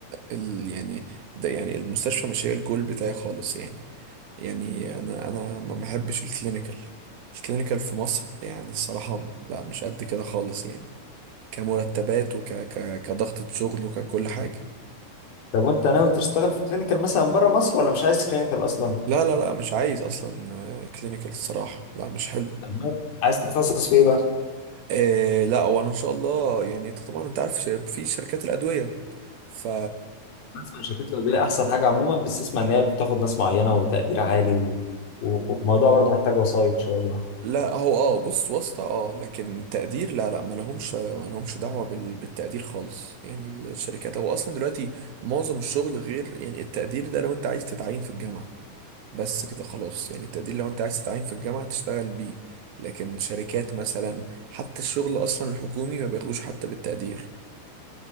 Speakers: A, on the right (about 80°); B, on the left (about 85°).
A: ال يعني ده يعني المستشفى مش هي الجول بتاعي خالص يعني يعني انا انا ما بحبش الكلينيكال الكلينيكال في مصر يعني الصراحه لا مش قد كده خالص يعني كمرتبات وك ك... كضغطة شغل وككل حاجة
B: طب وانت ناوي تشتغل في كلينيكال مثلا بره مصر ولا مش عايز كلينيكال اصلا
A: لا لا لا مش عايز اصلا كلينيكال الصراحة لا مش حلو
B: طب ما- عايز تتخصص في ايه بقى
A: إيه لا وانا ان شاء الله يعني انت طبعا انت عارف ش- في شركات الادوية ف
B: اسمع شركات الادويه احسن حاجه عموما بس اسمع ان هي بتاخد ناس معينه وتقدير عالي و... و- وموضوع برضه محتاج وسايط شويه
A: لا هو اه بص واسطة اه لكن تقدير لا لا ما لهمش ما لهمش دعوة بال... بالتقدير خالص يعني الشركات هو اصلا دلوقتي معظم الشغل غير يعني التقدير ده لو انت عايز تتعين في الجامعة بس كده خلاص يعني التقدير لو انت عايز تتعين في الجامعة تشتغل بيه لكن شركات مثلا حتى الشغل اصلا الحكومي ما بياخدوش حتى بالتقدير